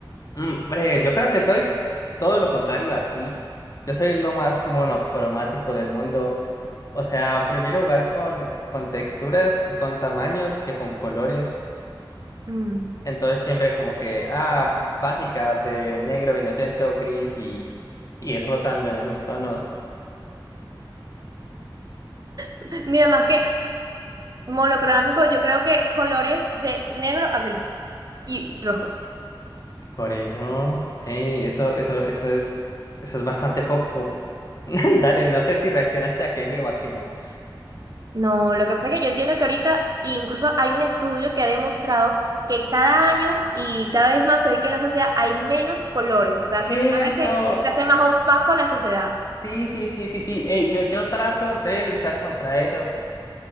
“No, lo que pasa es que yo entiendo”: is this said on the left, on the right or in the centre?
Right